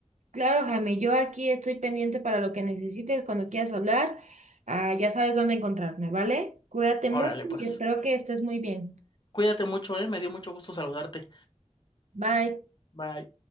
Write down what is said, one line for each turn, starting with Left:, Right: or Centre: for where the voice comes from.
Right: Claro, Jaime, yo aquí estoy pendiente para lo que necesites cuando quieras hablar. Ah, ya sabes dónde encontrarme, ¿vale? Cuídate
Left: Órale,
Right: mucho
Left: pues.
Right: y espero que estés muy bien.
Left: Cuídate mucho, eh, me dio mucho gusto saludarte.
Right: Bye.
Left: Bye.